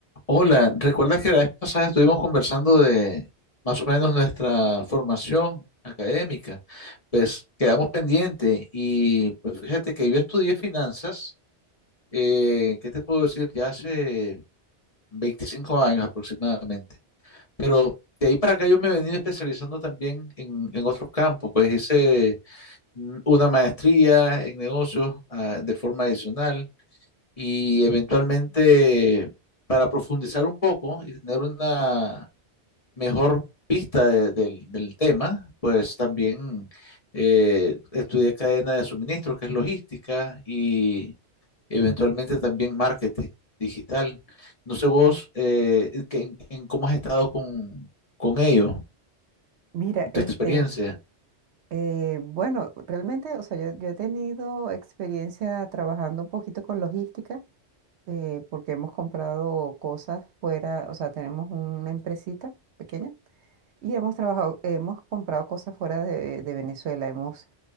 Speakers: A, on the left; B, on the right.
A: Hola, ¿recuerdas que la vez pasada estuvimos conversando de más o menos nuestra formación académica? Pues quedamos pendientes y pues fíjate que yo estudié finanzas, eh, ¿qué te puedo decir? Ya hace 25 años aproximadamente, pero de ahí para acá yo me he venido especializando también en, en otros campos, pues hice mm, una maestría en negocios, ah, de forma adicional y eventualmente para profundizar un poco y tener una mejor vista de- del del tema, pues también eh, estudié cadena de suministro, que es logística, y eventualmente también marketing digital. No sé vos eh, eh, que- en, en cómo has estado con, con ello,
B: Mira,
A: en tu
B: este,
A: experiencia.
B: eh, bueno, realmente, o sea, yo, yo he tenido experiencia trabajando un poquito con logística, eh, porque hemos comprado cosas fuera, o sea, tenemos una empresita pequeña y hemos trabajado, hemos comprado cosas fuera de, de Venezuela, hemos